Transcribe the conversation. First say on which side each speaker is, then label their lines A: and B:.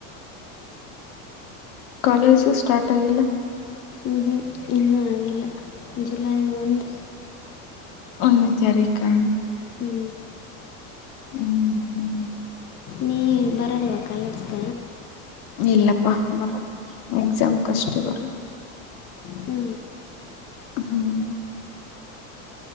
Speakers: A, on the left (about 60°); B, on the left (about 30°).
A: ಕಾಲೇಜು ಸ್ಟಾರ್ಟ್ ಆಗಿಲ್ಲ.
B: ಹ್ಞ ಹ್ಞೂ ಇನ್ನೂ ಆಗಿಲ್ಲ ಜುಲೈ ಒಂದು
A: ಒನ್ನೇ ತಾರಿಕಾ.
B: ಹ್ಞೂ
A: ಹ್ಮ್ ಹ್ಮ್
B: ನೀ ಬರಲ್ವಾ ಕಾಲೇಜ್ಕ.
A: ಇಲ್ಲಪ್ಪಾ ಬರಲ್ಲ ಎಕ್ಸಾಮ್ಕಷ್ಟ ಬರುದು.
B: ಹ್ಞೂ
A: ಹ್ಮ್